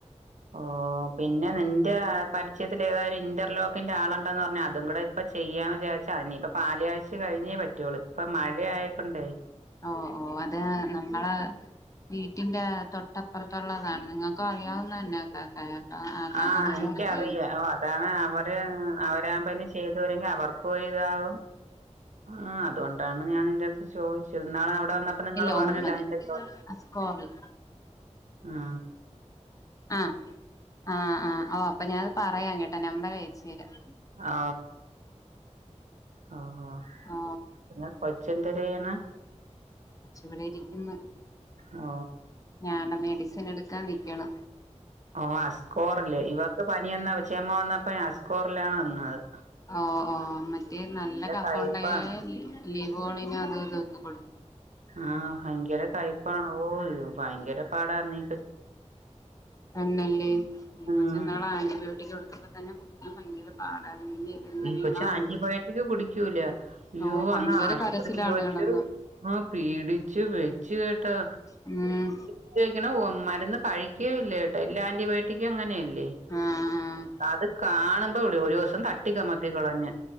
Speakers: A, on the right; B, on the left.
A: ആഹ് ഓ പിന്നെ നിന്റെ പരിചയത്തിൽ ഏതായരു ഇന്റർലോക്കിന്റെ ആളുണ്ടന്ന് പറഞ്ഞാൽ അതും കൂടെ ഇപ്പ ചെയ്യാന്ന് വിചാരി നിയിപ്പൊ പാല് കഴ്ച് കഴിഞ്ഞേ പറ്റുവുള്ളൂ. ഇപ്പ മഴ അയക്കൊണ്ടേ
B: ഓ ഓ അത് നമ്മള വീട്ടിന്റെ തൊട്ടപ്പുറത്തുള്ളതാണ്. നിങ്ങൾക്കും അറിയാവുന്ന തന്നെ കേട്ടോ ആക്കാക്ക
A: ആഹ
B: നല്ലോണം
A: എനിക്കറിയ
B: ചെയ്യും
A: ഓ അതാണ് അവര് അവരാവുമ്പോന്നെ ചെയ്തുവരെങ്കിൽ അവർക്കും. പോ ഇതാവും ആ അതുകൊണ്ടാണ് ഞാൻ നിന്റെറത്ത് ചോദിച്ചു. എന്നാള് അവിടെ വന്നപ്പോ നിങ്ങള്
B: ഇല്ല
A: പറഞ്ഞല്ലോ
B: ഒന്ന് മതി
A: അതിന്റെ ച
B: സ്കോറിൽ
A: ആ
B: ആഹ് ആഹ ആഹ് ഓ അപ്പൊ ഞാൻ പറയാം കേട്ടെ നമ്പർ അയച്ച് തരാം.
A: ഓ ഓഓ
B: ഓ
A: പറ്റോ കൊച് ന്തരയാണ്
B: കൊച്ച് ഇവിടെ ഇരിക്കുന്നു.
A: ഓ
B: ഞാൻന് മെഡിസിൻ എടുക്കാൻ നിൽക്കണ്.
A: ഓ അസ്കോറില് ഇവൊക്ക് പനി വന്ന ചോമ്മ വന്നപ്പ അസ്കോറിലാണ് വന്നത്.
B: ഓ ഓ മറ്റേ നല്ല കഫോണ്ടായ
A: കയ്പ്പാണ്
B: ലിവോളിനും അത് ഇത് ഓക്ക് കൊടുത്ത്.
A: ആഹ ഭയങ്കര കയ്പ്പാണോ ഓ ഭയങ്കര പാടാര്ന്നീ.
B: തന്നല്ലേ ന
A: ഉം
B: കൊച്ച നാളെ ആന്റിബയോട്ടിക് കൊടുത്തപതനന് തന്നെ കുടിക്കാൻ ഭയ ഒരു പാടായിരുന്നു. ഇതെങ്ങനെയാണോ
A: ഈ കൊച്ച് ആന്റിബയോട്ടിക്
B: എന്തോ
A: കുടിക്കൂല ആയോ
B: ഓ ഭയങ്കര
A: അന്ന് ആശുപത്രിയിൽ
B: കരച്ചിലാണ്
A: വച്ച്.
B: കിടന്ന്
A: ആ പീടിച്ചു വെച്ച കേട്ടാ
B: ആഹ്
A: ഉപയോഗിക്കണ മരുന്ന് കഴിക്കുക ഇല്ലേ എല്ല ആന്റിബയോട്ടിക്ക് അങ്ങനെയല്ലേ.
B: ആഹ്
A: അത് കാണുമ്പോ ഇ ഒരു ദിവസം തട്ട തട്ടിമാറ്റി കാമത്തികളഞ്